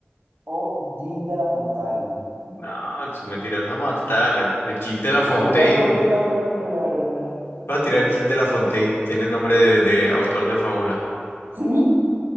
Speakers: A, on the right (about 80°); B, on the left (about 80°).
A: o Jean de la Fontaine. <laughs>
B: No, tú me tiras a matar. El Jean de la Fontaine.
A: esta pregunta está horrible, la verdad.
B: Vas a tirar Jean de la Fontaine. Tiene nombre de, de autor de fábula.
A: Sí,